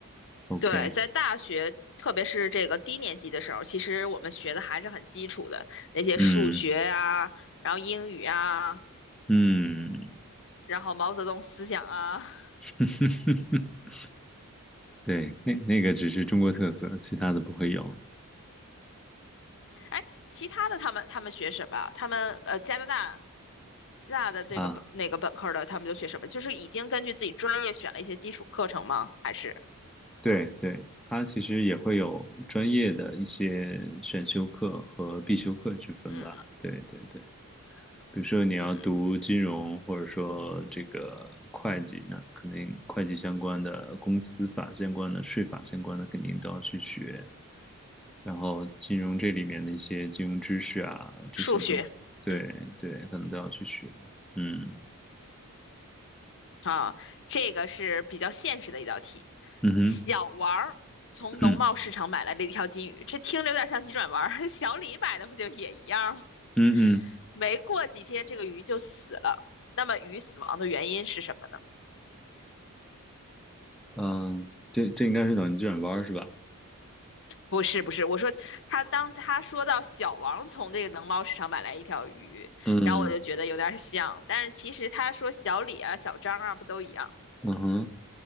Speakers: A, in the centre; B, on the left (about 60°).
A: ，OK，
B: 对，在大学，特别是这个低年级的时候，其实我们学的还是很基础的那些数学呀、
A: 嗯
B: 然后英语啊，
A: 嗯，
B: 然后毛泽东思想啊。<laughs>
A: <laughs> 对，那那个只是中国特色，其他的不会有
B: 哎，其他的他们他们学什么？他们呃，加拿大加拿大的这个本那个本科的，
A: 啊。
B: 他们就学什么？就是已经根据自己专业选了一些基础课程吗？还是
A: 对对，它其实也会有专业的一些选修课和必修课之分吧。
B: 嗯
A: 对对对。比如说你要读金融或者说这个会计，
B: 嗯，
A: 那肯定会计相关的、公司法相关的、税法相关的肯定都要去学。然后金融这里面的一些金融知识啊，这些都对对，
B: 数学，嗯。
A: 可能都要去学。嗯
B: 啊，这个是比较现实的一道题。
A: 嗯哼
B: 小王儿从农贸市场买来了一条金鱼，
A: 嗯
B: 这听着有点像急转弯儿。<laughs> 小李买的不就也一样吗？
A: 嗯嗯
B: 没过几天，这个鱼就死了。那么鱼死亡的原因是什么呢？
A: 嗯，这这应该是脑筋急转弯儿是吧？
B: 不是，不是，我说他当他说到小王从这个农贸市场买来一条鱼，
A: 嗯
B: 然后我就觉得有点像，但是其实他说小李啊、小张啊不都一样？
A: 嗯哼，